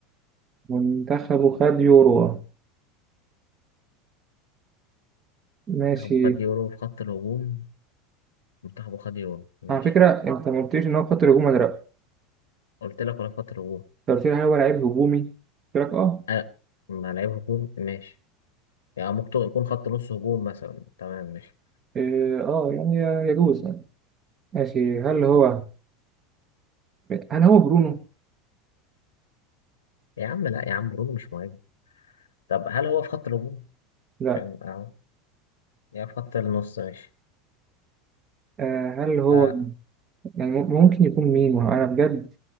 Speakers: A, on the right (about 35°); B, on the left (about 85°).
A: منتخبه خد يورو آه.
B: منتخبه
A: ماشي
B: خد يورو في خط الهجوم منتخبه خد يورو ماشي
A: على فكره انت ما قلتليش ان هو خط الهجوم ولا لا
B: قلت لك ولا في خط الهجوم
A: انت قلت لي هل هو لعيب هجومي قلت لك اه
B: آه مع لعيب هجوم ماشي يعني ممكن يكون خط نص هجوم مثلا تمام ماشي
A: إيه، اه يعني يجوز يعني ماشي هل هو هل هو برونو
B: يا عم لا يا عم برونو مش مهم طب هل هو في خط الهجوم؟
A: لا
B: كان اهو يا في خط النص ماشي
A: آه هل هو
B: آه
A: يعني مم- ممكن يكون مين ما هو انا بجد